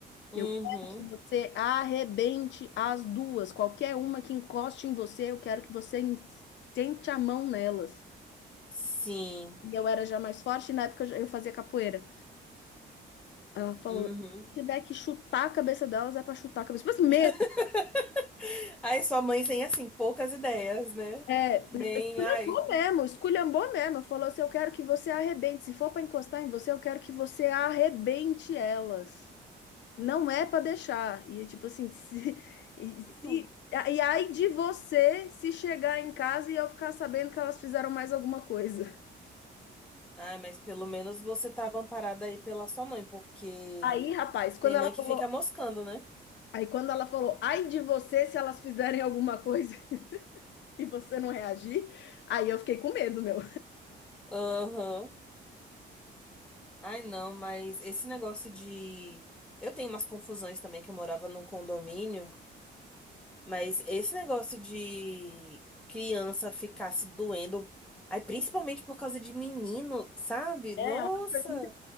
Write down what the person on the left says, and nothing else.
Eu quero que você arrebente as duas. Qualquer uma que encoste em você, eu quero que você en- sente a mão nelas.
E eu era já mais forte, e na época eu já- eu fazia capoeira. Ela falou:
se tiver que chutar a cabeça delas, é pra chutar a cabeça. Mas mesmo,
é,
esculhambou
mesmo, esculhambou mesmo. Falou assim: eu quero que você arrebente. Se for pra encostar em você, eu quero que você arrebente elas. Não é para deixar. E é tipo assim, se, <laughs> e, se,
e aí de você se chegar em casa e eu ficar sabendo que elas fizeram mais alguma coisa.
Aí, rapaz, quando
ela
falou,
aí quando ela falou, ai de você se elas fizerem alguma coisa <laughs> e você não reagir, aí eu fiquei com medo, meu.
É,
é uma coisa muito-